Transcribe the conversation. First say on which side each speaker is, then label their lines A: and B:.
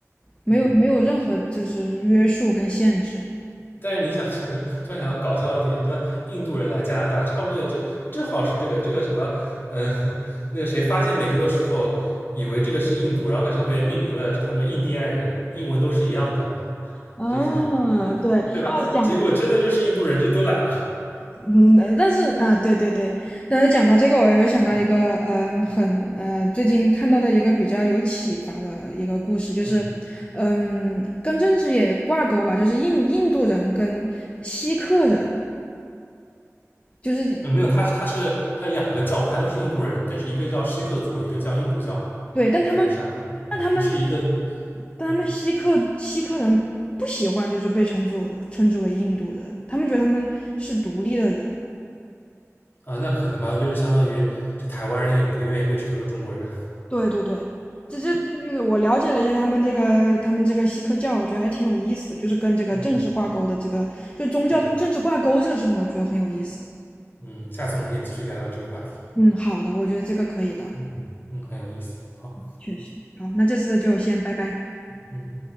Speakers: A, on the left; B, on the left.
A: 没有没有任何就是约束跟限制。
B: 嗯，但是你想这个，突然想到搞笑的点，你像印度人来加拿大，差不多也正也正好是这个这个什么，嗯、那个谁发现美洲的时候，以为这个是印度，然后给上面命名了他们印第安人，英文都是一样的，
A: 嗯，
B: 这个
A: 对，哦，
B: 对吧？
A: 讲
B: 结果真的就是印度人就都来了，
A: 嗯，呃但是啊，对对对，但是讲到这个，我又想到一个，嗯，很呃，最近看到的一个比较有启发的一个故事，就是，
B: 嗯，
A: 嗯，跟政治也挂钩吧，就是印印度人跟锡克人，就是
B: 呃没有，他是他是还有两个教派都是印度人，但是一个叫锡克族，一个叫印度教吧，
A: 对，但他们，
B: 还是啥？嗯，
A: 但他们，
B: 不是一个，
A: 但他们锡克锡克人不喜欢，
B: 嗯
A: 就是被称作称之为印度人，他们觉得他们是独立的人，
B: 啊，那可能吧，就是相当于这台湾人也不愿意被称作是中国人，
A: 对对对，这这这这个我了解了一下他们这个他们这个西克教，我觉得还挺有意思的，就是跟这个政治挂钩的这个，
B: 嗯，
A: 就宗教跟政治挂钩这个事情，
B: 对。
A: 我觉得很有意思。
B: 嗯，下次我们可以继续聊聊这个话题。
A: 嗯，好的，我觉得这个可以的，
B: 嗯嗯，很有意思。好，
A: 确实。好，那这次就先拜拜。
B: 嗯。